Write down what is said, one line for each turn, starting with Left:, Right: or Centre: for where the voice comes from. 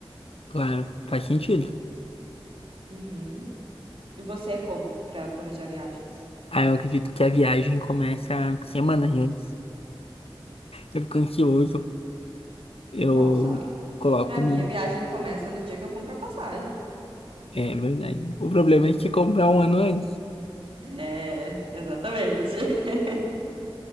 Left: claro, faz sentido.
Right: Uhum. E você é como pra planejar viagens?
Left: Ah, eu acredito que a viagem começa semanas antes. Eu fico ansioso, eu
Right: Nossa,
Left: coloco
Right: pra mim
Left: no...
Right: a viagem começa no dia que eu compro a passagem.
Left: É verdade. O problema é que você comprar um ano antes.
Right: É, exatamente. <laughs>